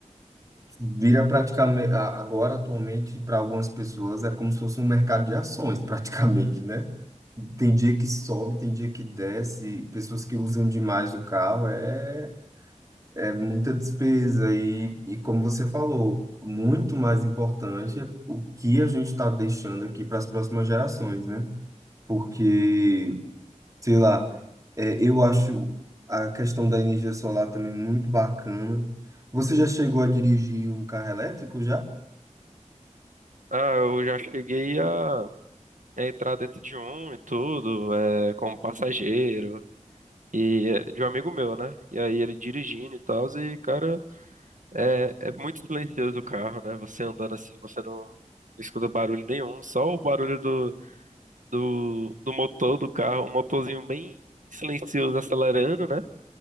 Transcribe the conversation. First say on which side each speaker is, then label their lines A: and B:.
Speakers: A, on the right; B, on the right.
A: Vira praticamente, a- agora atualmente, para algumas pessoas, é como se fosse um mercado de ações, <laughs> praticamente, né? Tem dia que sobe, tem dia que desce, pessoas que usam demais o carro, é, é muita despesa. E, e como você falou, muito mais importante é o que a gente está deixando aqui para as próximas gerações, né? Porque, sei lá, é, eu acho a questão da energia solar também muito bacana. Você já chegou a dirigir um carro elétrico já?
B: Ah, eu já cheguei a, a entrar dentro de um e tudo, é, como passageiro, e é, de um amigo meu, né? E aí ele dirigindo e tal, e, cara. É, é muito silencioso o carro, né? Você andando assim, você não escuta barulho nenhum, só o barulho do, do, do motor do carro, um motorzinho bem silencioso acelerando, né?